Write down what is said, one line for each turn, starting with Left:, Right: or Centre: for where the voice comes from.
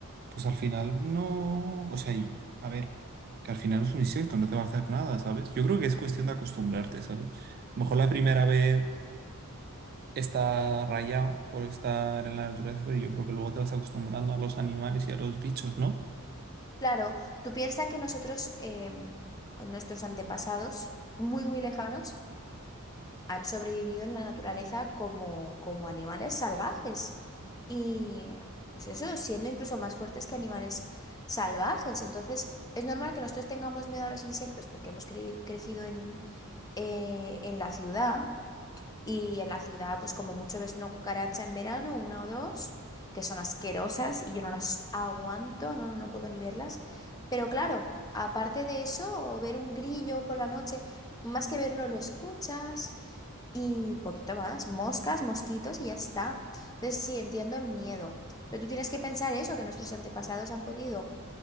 Right: pues al final no. O sea, y- a ver, que al final es un insecto, no te va a hacer nada, ¿sabes? Yo creo que es cuestión de acostumbrarte, ¿sabes? Mejor la primera vez está rayado por estar en la naturaleza, pero yo creo que luego te vas acostumbrando a los animales y a los bichos, ¿no?
Left: Claro, tú piensas que nosotros, em, nuestros antepasados, muy, muy lejanos, han sobrevivido en la naturaleza como, como animales salvajes. Y pues eso, siendo incluso más fuertes que animales salvajes. Entonces, es normal que nosotros tengamos miedo a los insectos porque hemos cre- crecido en, eh, en la ciudad y en la ciudad, pues como mucho ves una cucaracha en verano, una o dos, que son asquerosas y yo no las aguanto, no, no, no puedo ni verlas. Pero claro, aparte de eso, ver un grillo por la noche, más que verlo, lo escuchas y poquito más, moscas, mosquitos y ya está. Entonces, sí, entiendo el miedo, pero tú tienes que pensar eso, que nuestros antepasados han podido